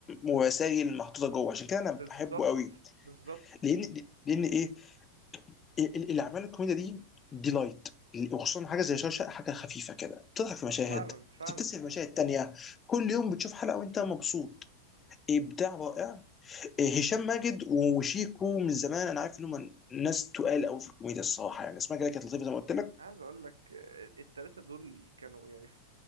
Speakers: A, on the left (about 20°); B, on the right (about 70°).
A: ورسائل محطوطه جوه عشان كده
B: بالظبط
A: انا بحبه قوي
B: بالظبط
A: لان لان ايه ال- ال- الاعمال الكوميديه دي دي لايت وخصوصا حاجه زي شاشه حاجه خفيفه كده بتضحك في مشاهد
B: ف- فعلا فعلا
A: بتبتسم في مشاهد تانية كل يوم بتشوف حلقه وانت مبسوط ابداع رائع إيه، هشام ماجد وشيكو من زمان انا عارف انهم ناس تقال قوي في الكوميديا الصراحه يعني اسمها كده كانت لطيفه زي ما قلت
B: عايز اقول لك آه، التلاتة دول كانوا يعني في